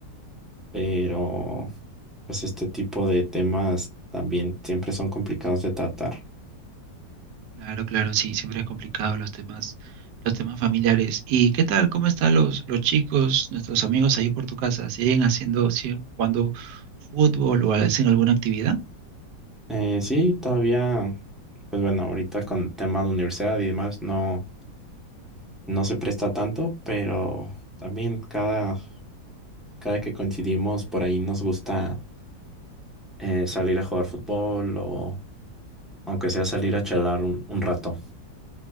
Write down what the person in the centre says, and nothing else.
pero pues este tipo de temas también siempre son complicados de tratar.
Eh, sí, todavía, pues bueno, ahorita con el tema de universidad y demás no, no se presta tanto, pero también cada, cada que coincidimos por ahí nos gusta eh, salir a jugar fútbol o aunque sea salir a chalar un, un rato.